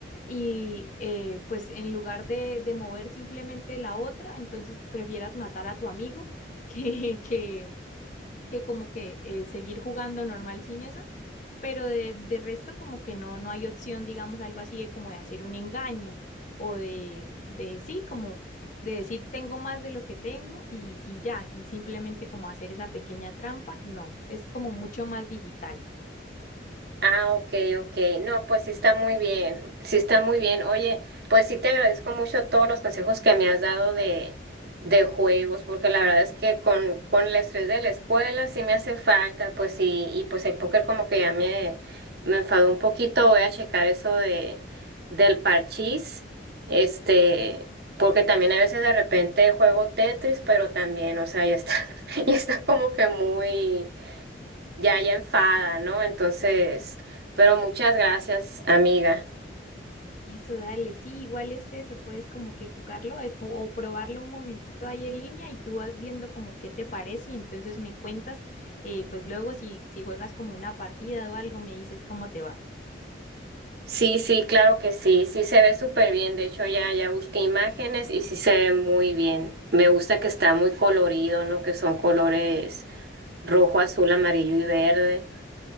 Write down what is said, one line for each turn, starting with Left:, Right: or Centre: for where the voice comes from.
Left: y eh, pues en lugar de, de mover simplemente la otra, entonces prefieras matar a tu amigo que, <laughs> que, que como que eh, seguir jugando normal sin eso, pero de, de resto como que no, no hay opción, digamos, algo así de como de hacer un engaño o de, de sí, como de decir tengo más de lo que tengo y, y ya, y simplemente como hacer esa pequeña trampa, no, es como mucho más digital.
Right: Ah, ok, ok. No, pues sí está muy bien, sí está muy bien. Oye, pues sí te agradezco mucho todos los consejos que me has dado de, de juegos, porque la verdad es que con, con el estrés de la escuela sí me hace falta, pues sí, y pues el póker como que ya me, me enfadó un poquito. Voy a checar eso de, del parchís, este, porque también a veces de repente juego Tetris, pero también, o sea, ya está, <laughs> ya está como que muy ya, ya enfada, ¿no? Entonces, pero muchas gracias, amiga.
Left: Eso, dale, sí, igual este se puedes como que jugarlo eh, co- o probarlo un momentito ahí en línea y tú vas viendo como qué te parece y entonces me cuentas, eh, pues luego si, si juegas como una partida o algo, me dices cómo te va.
Right: Sí, sí, claro que sí, sí se ve súper bien. De hecho, ya, ya busqué imágenes y sí se ve muy bien. Me gusta que está muy colorido, ¿no? Que son colores rojo, azul, amarillo y verde.